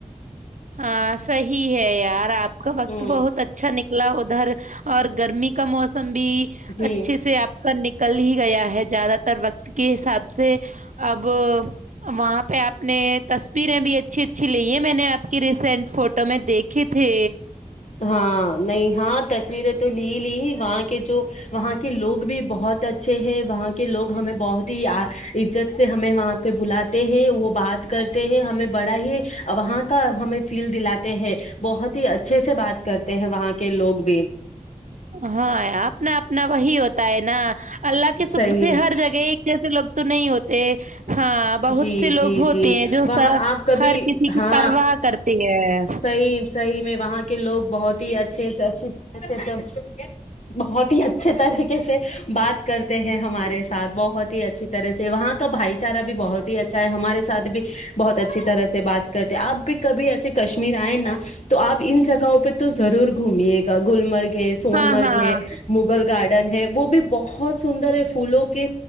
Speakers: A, on the right (about 70°); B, on the left (about 60°).
A: ہاں صی ہے یار آ کا وقت
B: ہوں
A: بہت اچھا نکل لا ادھر اور گرمی کا موسم بھی
B: جی
A: اچھے سے آپ نکل ہی گیا ہے زیادہ تر وقت کے حساب سے اب وہاں پہ آپ نے تصویریں بھی اچھی اچھی لی ہے میں نے آپ ریسینٹ فوٹو میں دیکھے تھے
B: ہاں نہیں ہاں تصویریں تو لی لی وہاں کے جو وہاں کے لوگ بھی بہت اچھے ہیں وہاں کے لوگ ہمیں بہت ہی عزت سے ہمیں وہاں پہ بلاتے ہیں وہ بات کرتے ہیں ہمیں بڑا ہی وہاں کا ہمیں فیل دلاتے ہیں بہت ہی اچھا جیسے بات کرتے ہیں وہاں کے لوگ بھی
A: ہاں اپنا اپنا وہی ہوتا ہے نا اللہ کے شکر
B: صحیح
A: سے
B: ہے
A: ہر جگہ ایک جیسے لوگ تو نہیں ہوتے ہاں بہت
B: جی
A: سے لوگ
B: جی
A: ہوتے
B: جی
A: ہیں جو
B: وہاں
A: س-
B: آپ کبھی
A: ہر کسی کی
B: ہاں
A: پرواہ کرتے ہیں
B: صحیح صحیح میں وہاں کے لوگ بہت ہی اچھے سے اچھی طح سے بہت ہی اچھے طریقے سے بات کرتے ہیں ہمارے ساتھ بہت ہی اچھی طرح سے وہاں کا بھائی چارہ بھی بہت ہی اچھا ہے ہمارے سھ بھی بہت اچھی طرح سے بات کرتے آپ بھی کبھی ایسے کشمیر آئے نا تو آپ ان جگہوں پہ تو ضرور گھمیے گا گلمرگ ہے سون
A: ہاں
B: مرگ
A: ہاں
B: ہے مگل گارڈن ہے وہ بھی بہت سندر ہے فھولوں کے